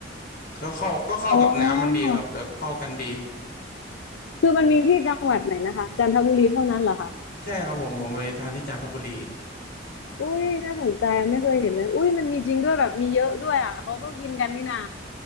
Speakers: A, on the left; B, on the left.
A: ก็เข้าก็เข้ากับน้ำมันดีครับแบบเข้ากันดี
B: อ๋ออ๋อคือมันมีที่จังหวัดไหนนะคะจันทบุรีเท่านั้นเหรอคะ
A: ใช่ครับผมผมไปทานที่จันทบุรี
B: อุ้ยน่าสนใจไม่เคยเห็นเลยอุ้ยมันมีจริงด้วยแบบมีเยอะด้วยอ่ะเขาก็กินกันนี่นา